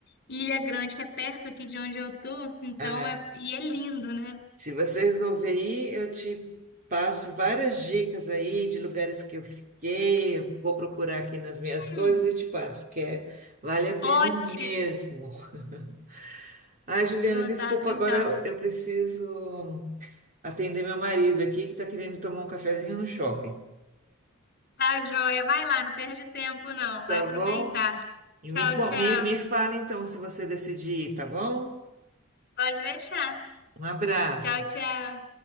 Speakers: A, on the left; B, on the right.
A: ilha grande que é perto aqui de onde eu tô. Então
B: Ah,
A: é e é lindo, né?
B: Se você resolver ir, eu te passo várias dicas aí de lugares que eu fiquei. Vou procurar aqui nas minhas coisas
A: Hum,
B: e te passo, que é, vale a pena
A: ótimo
B: mesmo. <laughs> Ai, Juliana,
A: contato,
B: desculpa,
A: então.
B: agora eu eu preciso atender meu marido aqui que está querendo tomar um cafezinho no shopping.
A: Tá joia. Vai lá, não perde tempo, não.
B: Tá
A: Vai aproveitar.
B: bom? E
A: Tchau,
B: me, co-
A: tchau.
B: me, me fala então se você decidir, tá bom?
A: Pode deixar.
B: Um abraço.
A: Tchau, tchau.